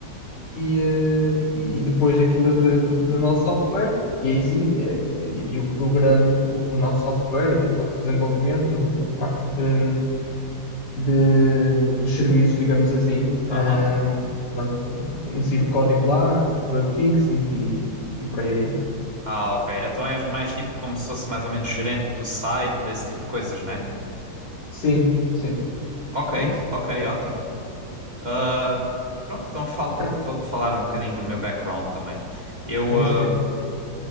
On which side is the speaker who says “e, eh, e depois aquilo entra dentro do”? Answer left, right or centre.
Left